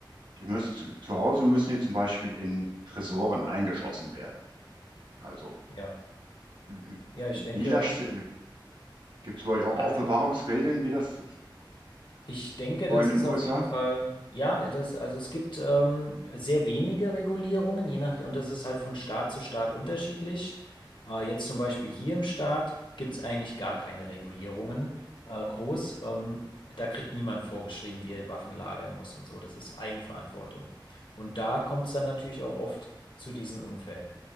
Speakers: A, on the right; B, on the left.
A: Die müssen, zu Hause müssen die zum Beispiel in Tresoren eingeschlossen werden. Also
B: ja.
A: wie,
B: Ja, ich
A: wie
B: denke,
A: lasch, gibt es bei euch auch
B: als
A: Aufbewahrungsregeln, wie das
B: Ich denke,
A: so
B: das
A: in den
B: ist
A: USA?
B: auf jeden Fall, ja, das, also es gibt ähm, sehr wenige Regulierungen, je nach, und das ist halt von Staat zu Staat unterschiedlich. Äh, jetzt zum Beispiel hier im Staat gibt es eigentlich gar keine Regulierungen äh, groß. Ähm, da kriegt niemand vorgeschrieben, wie er Waffen lagern muss und so. Das ist Eigenverantwortung. Und da kommt es dann natürlich auch oft zu diesen Unfällen.